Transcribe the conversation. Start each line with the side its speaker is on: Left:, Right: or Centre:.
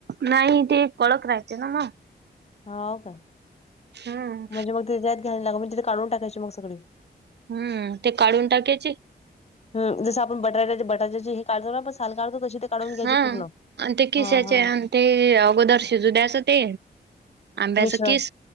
Right: नाही ते कडक राहिते ना म.
Left: हाव काय?
Right: हम्म
Left: म्हणजे मग <unintelligible> म्हणजे काढून टाकायची मग सगळी.
Right: हम्म, ते काढून टाकायचे.
Left: हम्म, जस आपण बटाट्याचे बटाट्याचे हे काढतो आपण. साल काढतोन. तशी ते काढून घ्यायची
Right: ह,
Left: पूर्ण.
Right: अन ते
Left: हां
Right: किसायचे
Left: हां.
Right: अन ते अगोदर शिजू द्याचं ते. आंब्याच
Left: मिश्रण
Right: कीस.